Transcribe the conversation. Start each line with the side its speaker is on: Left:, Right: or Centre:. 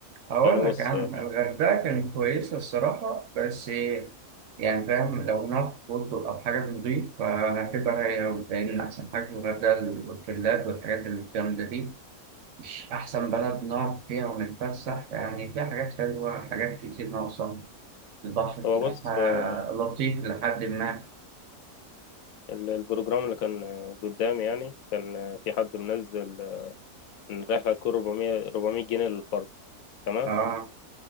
Right: أقول
Left: يعني بص
Right: لك يا عم
Left: آه،
Right: الغردقة كانت كويسة الصراحة بس يعني فاهم لو هناك فندق أو حاجة نضيف فهتبقى هي أوي، لأن أحسن حاجة في الغردقة الأوتيلات والحاجات الجامدة دي مش أحسن بلد نقعد فيها ونتفسح يعني فيها حاجات حلوة حاجات كتير ناقصة البحر بتاعها
Left: هو بص آه،
Right: لطيف لحد ما
Left: ال- البروجرام اللي كان آه، قدامي يعني كان آه، في حد منزل آه، ان الرحلة هتكون 400 400 جنيه للفرد تمام
Right: آه